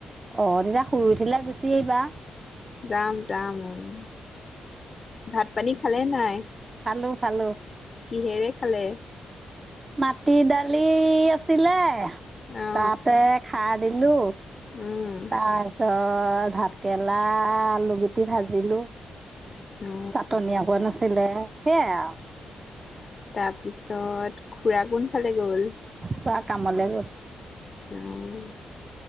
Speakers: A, on the right; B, on the left.
A: অঁ, দিনা শুই উঠিলে গুচি আহিবা।
B: যাম যাম, উ' ভাত পানী খালে নাই?
A: খালো খালো।
B: কিহেৰে খালে?
A: মাটি দালি আছিলে।
B: অ
A: তাতে খাৰ দিলো।
B: উম
A: তাৰ পাছত ভাত কেৰেলা আলুগুটি ভাজিলো।
B: অ
A: চাটনি অকন কোৱা নছিল আছিলে সেইয়াই আৰু।
B: তা তাৰপিছত খুৰা গোণফালে গ'? ল <inaudible>
A: খুৰা কামলে গল।
B: উম।